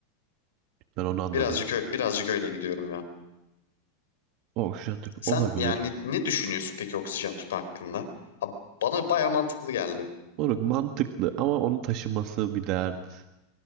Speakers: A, on the right; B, on the left.
A: Ben onu anladım.
B: Birazcık ö- birazcık öyle gidiyorum ya.
A: Oksijen tüpü
B: Sen
A: olabilir.
B: yani ne düşünüyorsun peki oksijen tüpü hakkında? Ha, bana baya mantıklı geldi.
A: Moruk mantıklı ama onu taşıması bir dert.